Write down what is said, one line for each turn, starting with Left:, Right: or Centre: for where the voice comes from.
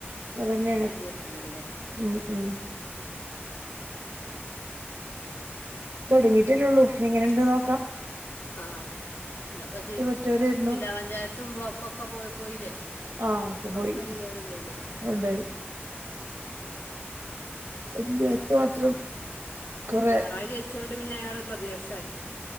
Right: ഇവലന്നേണ്
Left: എൽ ഡി എഫ് തന്നെയല്ലേ
Right: ഉം ഉം തൊടങ്ങിട്ടല്ലൊള്ളു എങ്ങനെണ്ട് നോക്കാ
Left: ആഹ് ഇന്നപ്പ ജ്
Right: മറ്റോരായിരുന്നു
Left: ജില്ലാ പഞ്ചായത്തും ബ്ലോക്കൊക്ക പോയ് പോയിലെ
Right: ആ ഒക്കെ പോയി
Left: ഒക്ക ലീഗാരൊണ്ടായിലെ
Right: കൊണ്ടോയി വല്യേത്ത് മാത്രം കൊറെ
Left: പിണറായി ജയിച്ചോണ്ട് പിന്ന അയാള് പ്രതിപക്ഷായി